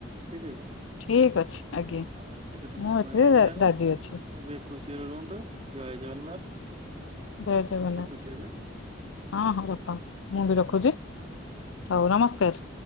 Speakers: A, on the right; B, on the left.
A: ଠିକ ଅଛି।
B: ଠିକ ଅଛି ଆଜ୍ଞା
A: ହଁ ଏବେ ତ ସମୟ
B: ମୁଁ ଏଥିରେ
A: ହେଇଗଲାଣି।
B: ରାଜି ଅଛି।
A: ଏବେ ଖୁସିରେ ରୁହନ୍ତୁ ଜୟ ଜଗନ୍ନାଥ।
B: ଜୟ ଜଗନ୍ନାଥ।
A: ରଖୁଛି ଏବେ।
B: ହଁ ହଁ ରଖ ମୁଁ ବି ରଖୁଛି ହଉ ନମସ୍କାର।